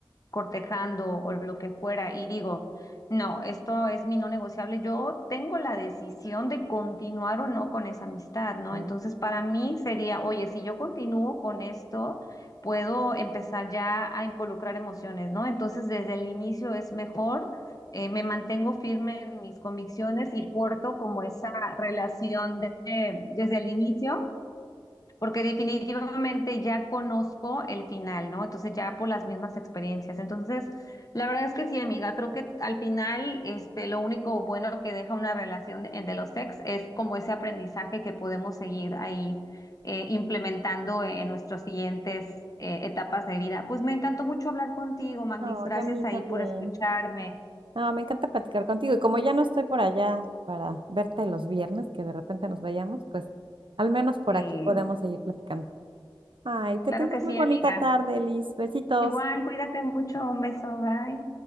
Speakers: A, on the left; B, on the right.
A: cortejando o lo que fuera, y digo, no, esto es mi no negociable. Yo tengo la decisión de continuar o no con esa amistad, ¿no?
B: No,
A: Entonces, para mí sería, oye, si yo continúo con esto, puedo empezar ya a involucrar emociones, ¿no? Entonces, desde el inicio es mejor, eh, me mantengo firme en mis convicciones y porto como esa relación de, desde el inicio porque definitivamente ya conozco el final, ¿no? Entonces ya por las mismas experiencias. Entonces, la verdad es que sí, amiga, creo que al final, este, lo único bueno que deja una relación de, de los ex es como ese aprendizaje que podemos seguir ahí eh, implementando e, en nuestras siguientes eh, etapas de vida. Pues me encantó mucho hablar contigo, Magdis.
B: No,
A: Gracias
B: y a mí también.
A: ahí por escucharme.
B: No, me encanta platicar contigo. Y como ya no estoy por allá para verte los viernes, que de repente nos vayamos, pues al menos por
A: Sí,
B: aquí podemos seguir platicando. Ay, que
A: claro
B: tengas
A: que
B: muy
A: sí,
B: bonita
A: amiga.
B: tarde, Liz. Besitos.
A: Igual, cuídate mucho. Un beso, bye.